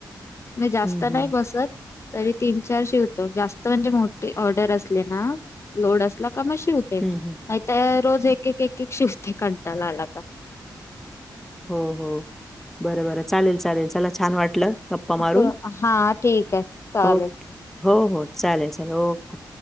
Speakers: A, on the left; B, in the centre.
A: मी जास्त
B: हं, हं.
A: नाही बसत. तरी तीन चार शिवतो जास्त म्हणजे मोठी ऑर्डर असले ना लोड असला का मग शिवते
B: हं,
A: नाही
B: हं.
A: तर रोज एक एक एक शिवते कंटाला आला का.
B: हं हं बरं बरं चालेल चालेल चला छान वाटलं. गप्पा
A: <unintelligible>
B: मारून.
A: हां ठीक हाय चालेल.
B: हो, हो हो चालेल चालेल ओके.